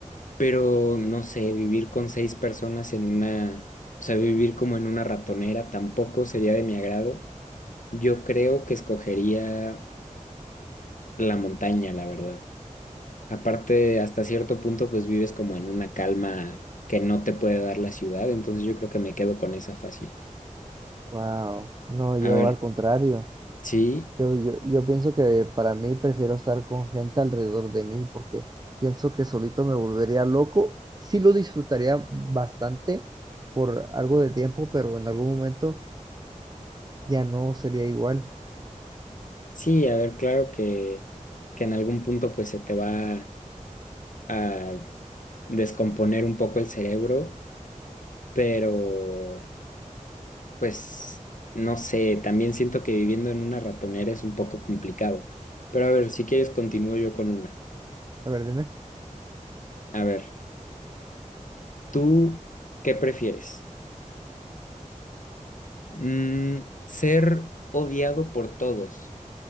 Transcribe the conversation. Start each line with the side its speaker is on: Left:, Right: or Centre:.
Left: pero no sé, vivir con seis personas en una, o sea, vivir como en una ratonera tampoco sería de mi agrado. Yo creo que escogería la montaña, la verdad. Aparte, hasta cierto punto, pues vives como en una calma que no te puede dar la ciudad, entonces yo creo que me quedo con esa fácil.
Right: Wow, no,
Left: A
Right: yo
Left: ver,
Right: al contrario.
Left: sí,
Right: Yo, yo, yo pienso que para mí prefiero estar con gente alrededor de mí porque pienso que solito me volvería loco. Sí lo disfrutaría bastante por algo de tiempo, pero en algún momento ya no sería igual.
Left: sí, a ver, claro que, que en algún punto pues se te va a descomponer un poco el cerebro, pero... Pues no sé, también siento que viviendo en una ratonera es un poco complicado. Pero a ver, si quieres continúo yo con una.
Right: A ver, dime.
Left: A ver, ¿tú qué prefieres? Mm, ¿ser odiado por todos,